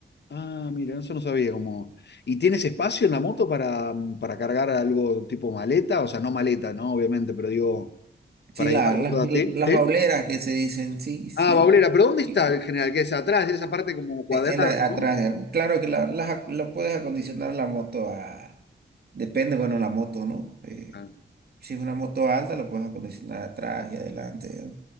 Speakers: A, on the left; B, on the right.
A: Ah, mira, eso no sabía cómo... ¿Y tienes espacio en la moto para, mm, para cargar algo tipo maleta? O sea, no maleta, ¿no? Obviamente, pero digo, para
B: Sí, la-
A: llevar
B: las
A: cosas así.
B: las
A: ¿Sí?
B: bauleras que se dicen, sí, sí,
A: Ah, Baulera, pero ¿dónde está
B: y-
A: el general? Que es atrás, esa parte como cuadrada,
B: en la- atrás,
A: ¿no?
B: digamos. Claro que la, las ac- la puedes acondicionar la moto a, depende, bueno, la moto, ¿no? Eh,
A: Ah,
B: si es una moto alta, la puedes acondicionar atrás y adelante, digamos.